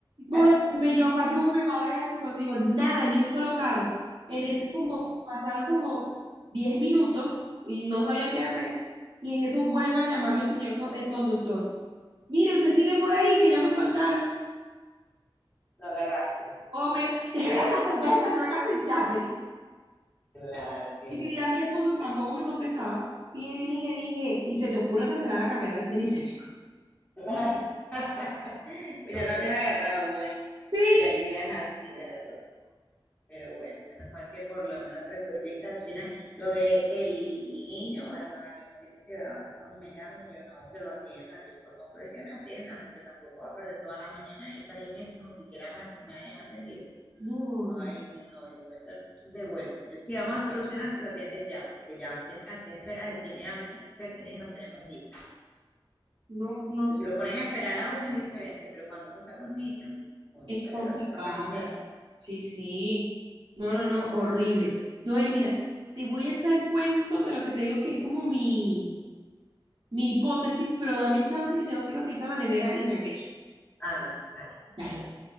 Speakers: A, on the right (about 65°); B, on the left (about 20°).
A: Voy
B: <laughs>
A: a irme yo para Yubi para ver si consigo nada, ni un solo carro. En
B: Ya
A: eso como
B: sé.
A: pasaron como 10 minutos y no sabía qué hacer. Y en eso vuelve a llamarme el señor, co- el conductor. Mire, usted sigue por ahí, que ya me soltaron.
B: Lo agarraste.
A: Obvio. <laughs> Véngase, véngase, véngase, echar.
B: Claro, qué
A: Y
B: locura,
A: que a mi esposo tampoco me contestaba. Y él y le dije, ni se te ocurre cancelar la carrera, ¿viste? <laughs> Ni se te ocurre.
B: ¿no? Claro. <laughs> Pues ya lo habías agarrado, bueno.
A: Sí.
B: Sí, hay días así, de verdad. Pero bueno, menos mal que por lo menos resolviste al final. Lo de el niño, bueno, ay, yo me hubiese quedado cuando me llamen, yo no, que lo atiendan, yo formo por el que me atiendan, porque tampoco voy a perder toda la mañana ahí para irme si ni siquiera me, me hayan atendido.
A: No,
B: Ay, no, yo me hubiese devuelto. Yo sí, vamos a solucionar si lo atiendes ya, porque ya me cansé de esperar, él tiene hambre, tiene sed, tiene y nos queremos ir.
A: no, no.
B: Porque si lo ponen a esperar a uno es diferente, pero cuando uno está con niños,
A: Es
B: sale
A: complicado.
B: la cosa cambia.
A: Sí, sí. No, no, no, horrible.
B: Bueno,
A: Noel, mira, te voy a echar el cuento de lo que te digo que es como mi, mi hipótesis, pero dame chance que tengo que ir rapidito a la nevera y regreso.
B: anda, vale,
A: Dale.
B: ok.